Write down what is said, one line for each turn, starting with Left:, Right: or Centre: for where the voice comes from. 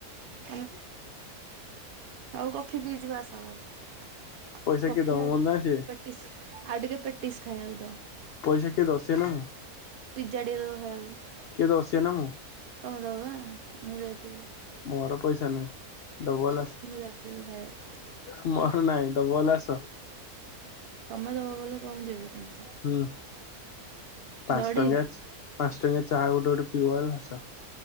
Right: ମାନେ ଆଉ କଫି ପିଇ ଯିବା ଆସ ବସ
Left: ପଇସା
Right: କଫି
Left: କିଏ ଦବ
Right: ଆଉ
Left: ମୋର
Right: ଟିକେ
Left: ନା ସିଏ
Right: ପେଟିସ ଆଉ ଟିକେ ପେଟିସ୍ ଖାଇବାକୁ ଦବ।
Left: ପଇସା କିଏ ଦବ ଶିଏ ନା ମୁଁ।
Right: ପିଜ୍ଜା ଟିକେ ଦବ ଖାଇବାକୁ
Left: କିଏ ଦବ ସିଏ ନା ମୁଁ।
Right: ତମେ ଦବ ବା ମୁଁ ଯାଇଥିବି।
Left: ମୋର ପଇସା ନାଇଁ ଡବଲ ଆସ
Right: ଯାଉଛି ଖାଇବାକୁ
Left: ମୋର ନାଇଁ। ଦବ ହେଲେ ଆସ।
Right: ତମେ ଦବ ଭଲ କୁହ ମୁଁ ଯିବି ସାଙ୍ଗ
Left: ହୁଁ ପାଞ୍ଚ
Right: ଦବ
Left: ଟଙ୍କା
Right: ଟି
Left: ପାଞ୍ଚ ଟଙ୍କିଆ ଚାହା ଗୋଟେ ଗୋଟେ ପିଇବ ହେଲା ଆସ।